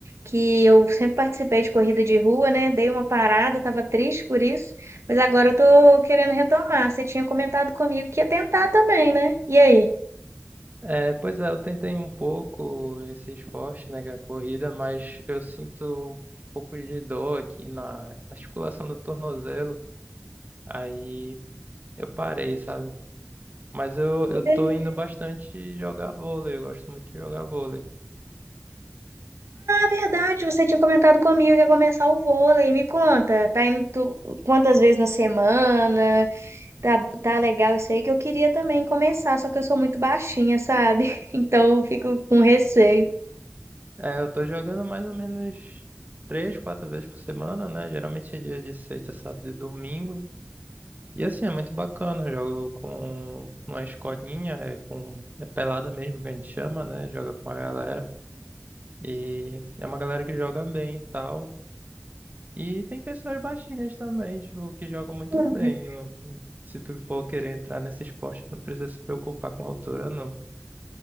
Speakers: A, on the right (about 70°); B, on the right (about 35°).
A: que eu sempre participei de corrida de rua, né? Dei uma parada, tava triste por isso, mas agora eu tô querendo retomar. Você tinha comentado comigo que ia tentar também, né? E aí?
B: É, pois é, eu tentei um pouco esse esporte, né, que é a corrida, mas eu sinto um pouco de dor aqui na articulação do tornozelo, aí eu parei, sabe? Mas eu,
A: E
B: eu tô indo bastante jogar vôlei, eu gosto muito de jogar vôlei.
A: verdade, você tinha comentado comigo que ia começar o vôlei. Me conta, tá indo tu- quantas vezes na semana? Tá, tá legal isso aí que eu queria também começar, só que eu sou muito baixinha, sabe? <laughs> Então eu fico com receio.
B: É, eu tô jogando mais ou menos três, quatro vezes por semana, né? Geralmente é dia de sexta, sábado e domingo. E assim, é muito bacana. Eu jogo com uma escolinha, é com é pelada mesmo que a gente chama, né? Joga com a galera. E é uma galera que joga bem e tal. E tem pessoas baixinhas também, tipo, que jogam muito
A: Uhum.
B: bem. não- Se tu for querer entrar nesse esporte, não precisa se preocupar com a altura, não.